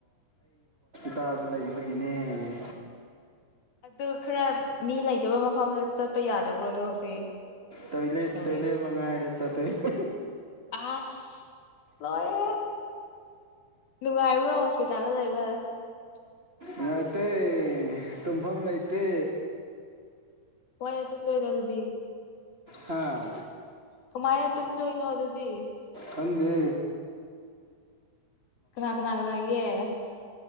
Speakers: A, on the right (about 45°); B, on the left (about 60°).
A: ꯍꯞꯇꯥꯗ ꯂꯩꯕꯒꯤꯅꯦ
B: ꯑꯗꯨ ꯈꯔ ꯃꯤ ꯂꯩꯇꯕ ꯃꯐꯝꯗ ꯆꯠꯄ ꯌꯥꯗꯕ꯭ꯔꯣ ꯑꯗꯣ ꯍꯧꯖꯤꯛ
A: ꯇꯣꯏꯂ
B: ꯀꯩꯗꯧꯔꯦ
A: ꯇꯣꯏꯂ ꯃꯉꯥꯏꯔꯦ ꯆꯠꯇꫭꯏꯁꯤ
B: ꯑꯁ ꯂꯣꯏꯔꯦ ꯅꯨꯡꯉꯥꯏꯕ꯭ꯔꯣ <inaudible>
A: ꯉꯥꯏꯇꯩ ꯇꯨꯡꯐꯝ ꯂꯩꯇꯦ
B: ꯍꯣꯏꯅꯦ ꯇꯨꯝꯗꯣꯏꯅꯣ ꯑꯗꯨꯗꯤ
A: ꯍꯥꯥ
B: ꯀꯨꯃꯥꯏꯅ ꯇꯨꯝꯗꯣꯏꯅꯣ ꯑꯗꯨꯗꯤ
A: ꯈꯟꯗꯦ
B: ꯀꯅꯥ ꯀꯅꯥ ꯂꯩꯌꯦ